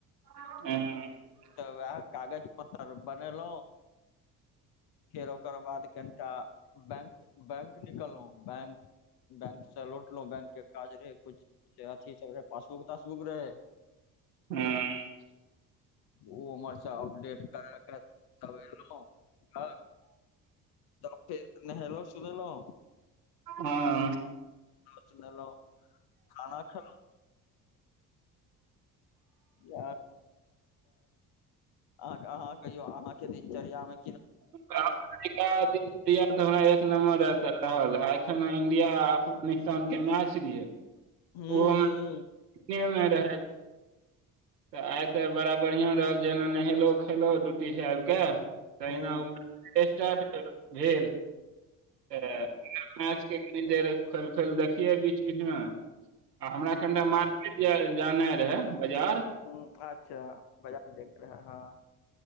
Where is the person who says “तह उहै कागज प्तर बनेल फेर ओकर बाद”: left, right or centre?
Left